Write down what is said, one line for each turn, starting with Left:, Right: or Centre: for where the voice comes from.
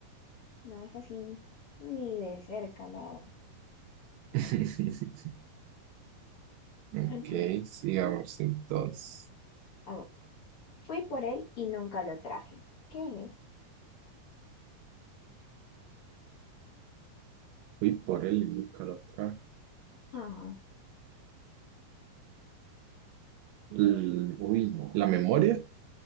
Left: no es así ni, ni de cerca, la verdad.
Right: <laughs> Ok,
Left: Ok.
Right: sigamos entonces.
Left: A ver, fui por él y nunca lo traje. ¿Qué es?
Right: Uy, por él y nunca lo trae.
Left: Ah,
Right: L- Uy, no. ¿la memoria?